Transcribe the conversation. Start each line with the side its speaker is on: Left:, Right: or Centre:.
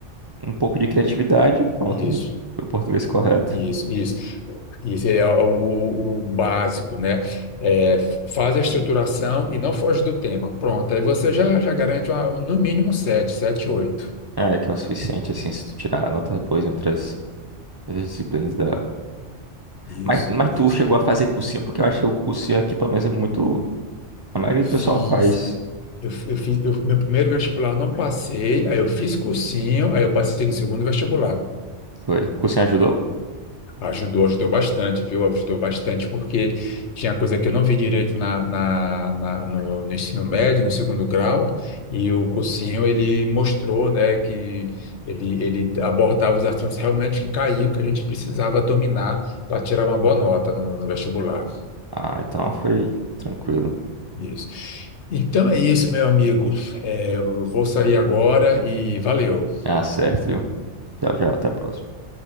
Right: um pouco de criatividade, e pronto.
Left: Isso,
Right: O português correto.
Left: isso, isso. Isso é o, o- o básico, né? É, faz a estruturação e não foge do tema. Pronto, aí você já, já garante uma- no mínimo sete sete oito
Right: É, que é o suficiente, assim, se tu tirar notas boas em outras, outras disciplinas da.
Left: Isso,
Right: Mas, mas tu
Left: isso.
Right: chegou a fazer cursinho, porque eu acho que o cursinho aqui, pelo menos, é muito. A maioria do
Left: Fiz,
Right: pessoal faz.
Left: eu, eu fiz, eu, meu primeiro vestibular eu não passei, aí eu fiz cursinho, aí eu passei no segundo vestibular.
Right: Foi. Cursinho ajudou?
Left: Ajudou, ajudou bastante, viu? Ajudou bastante, porque tinha coisa que eu não vi direito na, na, na- no, no ensino médio, no segundo grau, e o cursinho ele mostrou, né, que ele, ele abordava os assuntos realmente que caíam, que a gente precisava dominar para tirar uma boa nota no, no vestibular.
Right: Ah, então foi tranquilo.
Left: Isso. Então é isso, meu amigo. É, eu vou sair agora e valeu.
Right: Ah, certo, viu? Tchau, tchau, até a próxima.